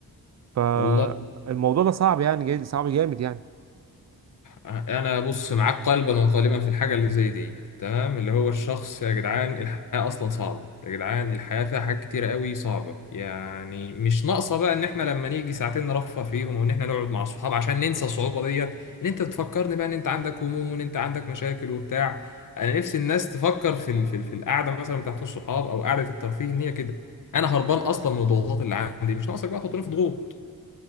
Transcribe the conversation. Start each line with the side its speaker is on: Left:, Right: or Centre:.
Right: فالموضوع
Left: والله
Right: ده صعب يعني جاي صعب جامد يعني
Left: انا بص معاك قلبا وقالبا في الحاجه اللي زي دي تمام اللي هو الشخص يا جدعان الحياه اصلا صعبه يا جدعان الحياه فيها حاجات كتيره قوي صعبه يعني مش ناقصه بقى ان احنا لما نيجي ساعتين نرفه فيهم وان احنا نقعد مع الصحاب عشان ننسى الصعوبه ديت ان انت تفكرني بقى ان انت عندك هموم وان انت عندك مشاكل وبتاع انا نفسي الناس تفكر في ال- في ال- في القعده مثلا بتاعت الصحاب او قعده الترفيه ان هي كده انا هربان اصلا من الضغوطات اللي عندي مش ناقصك بقى تحطني في ضغوط